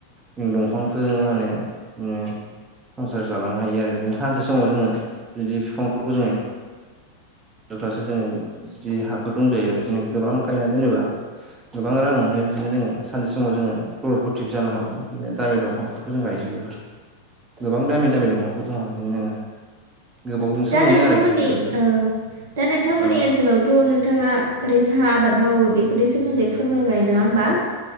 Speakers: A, on the right (about 20°); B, on the right (about 60°).
A: जों दंफांफोरजोंनो माने जोङो संसार जालांनो हायो आरो बिदिनो सानसे समाव जोङो बिदि बिफांफोरखौ जोङो दुथासो जोङो जुदि हाफोर दंजायो जोंङो गोबां गायना दोनोब्ला गोबां रां मोनो बिदिनो जोङो सानसे समाव जोङो खरर फथिबो जानो हागौ बिदिनो दामि दंफांफोरखौ जों गायजोबोबो गोबां दामि दामि दंफांफोर दङ बिदिनो गोबावजोंसो
B: दा
A: मोनो
B: नोंथांमोननि
A: आरो खिन्थु बेबो
B: ओ दा नोंथांमोननि
A: औ
B: ओनसोलावथ' नों थाङा ओरै साहा आबाद मावो बेफोरनि सोमोन्दै फोरमायबाय नङा होमबा